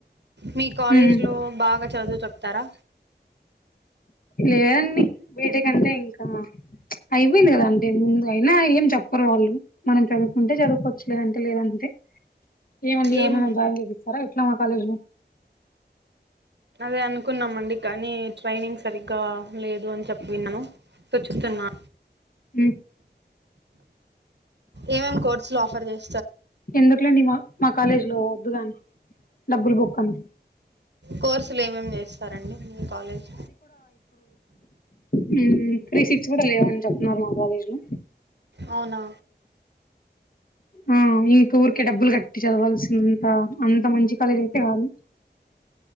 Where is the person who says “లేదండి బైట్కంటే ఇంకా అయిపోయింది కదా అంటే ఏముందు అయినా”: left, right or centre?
Left